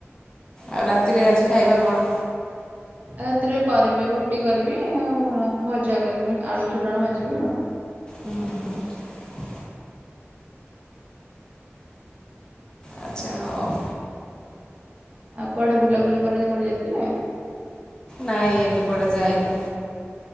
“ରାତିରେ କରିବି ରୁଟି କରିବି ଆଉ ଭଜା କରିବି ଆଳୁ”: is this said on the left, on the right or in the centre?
Right